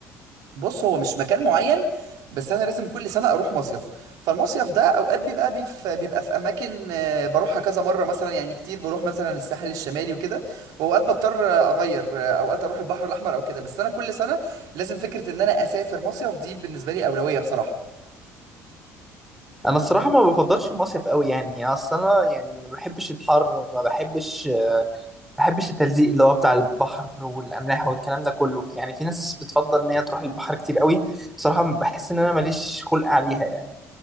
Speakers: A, on the right (about 55°); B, in the centre.
A: بص هو مش مكان معين بس انا لازم كل سنة اروح مصيف فالمصيف ده اوقات بيبقى بيف... بيبقى في اماكن آه، بروحها كذا مرة مثلا يعني كتير بروح مثلا الساحل الشمالي وكده واوقات بضطر آه، اغير آه، اوقات اروح البحر الاحمر او كده بس انا كل سنة لازم فكرة ان انا اسافر مصيف دي بالنسبة لي اولوية بصراحة
B: انا الصراحه ما بفضلش المصيف قوي يعني اصل انا يعني ما بحبش الحر ما بحبش بحبش التلزيق اللي هو بتاع البحر والاملاح والكلام ده كله يعني في ناس بتفضل ان هي تروح البحر كتير قوي صراحه بحس ان انا ماليش خلق عليها يعني